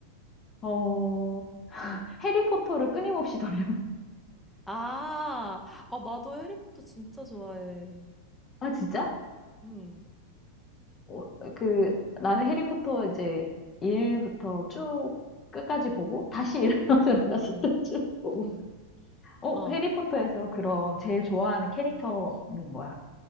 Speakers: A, on the left; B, in the centre.
A: 어, 해리포터를 끊임없이 <laughs> 돌려.
B: 아, 아, 나도 해리포터 진짜 좋아해.
A: 아 진짜?
B: 응.
A: 어, 그 나는 해리포터 이제 일부터 쭉 끝까지 보고 다시 일로 <laughs> 들어가서
B: 응.
A: 또 쭉 보고.
B: 응. <laughs>
A: 어,
B: 어,
A: 해리포터에서 그럼 제일 좋아하는 캐릭터는 뭐야?